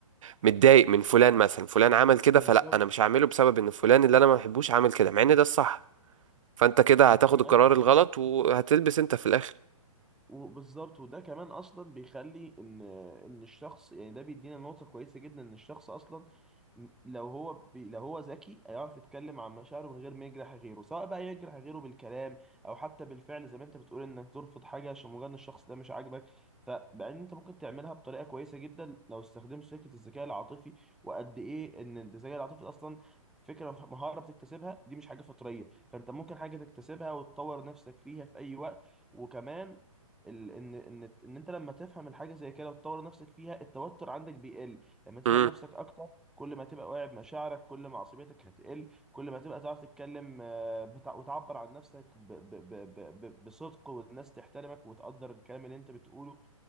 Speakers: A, on the right (about 65°); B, in the centre.
A: متضايق من فلان مثلا فلان عمل كده
B: بالظبط
A: فلا انا مش هعمله بسبب ان فلان اللي انا ما بحبوش عمل كده مع ان ده الصح فانت كده
B: وكمان
A: هتاخد القرار الغلط وهتلبس انت في الاخر
B: وبالظبط وده كمان اصلا بيخلي ان ان الشخص يعني ده بيدينا نقطة كويسة جدا ان الشخص اصلا م- لو هو بي لو هو ذكي هيعرف يتكلم عن مشاعره من غير ما يجرح غيره سواء بقى يجرح غيره بالكلام او حتى بالفعل زي ما انت بتقول انك ترفض حاجة عشان مجرد إن الشخص ده مش عاجبك فبعدين انت ممكن تعملها بطريقة كويسة جدا لو استخدمت فكرة الذكاء العاطفي وقد ايه ان الذكاء العاطفي ده اصلا فكرة مهارة بتكتسبها دي مش حاجة فطرية فانت ممكن حاجة تكتسبها وتطور نفسك فيها في اي وقت وكمان ال- ان ان ان انت لما تفهم الحاجه زي كده وتطور نفسك فيها التوتر عندك بيقل لما تفهم
A: امم
B: نفسك اكتر كل ما تبقى واعي بمشاعرك كل ما عصبيتك هتقل كل ما تبقى تعرف تتكلم آه، بتع- وتعبر عن نفسك ب ب ب ب ب بصدق والناس تحترمك وتقدر الكلام اللي انت بتقوله